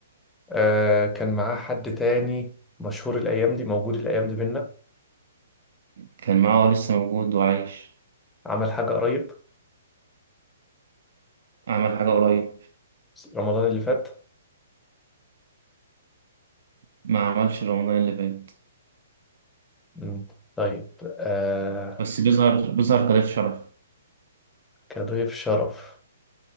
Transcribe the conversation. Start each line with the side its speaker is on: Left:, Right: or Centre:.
Centre: آه كان معاه حد تاني مشهور الأيام دي موجود الأيام دي بينا
Right: كان معاه لسه موجود وعايش
Centre: عمل حاجة قريب
Right: عمل حاجه قريب
Centre: رمضان اللي فات
Right: ما عملش رمضان اللي فات
Centre: مم. طيب آه
Right: بس بيظهر بيظهر كضيف شرف
Centre: كضيف شرف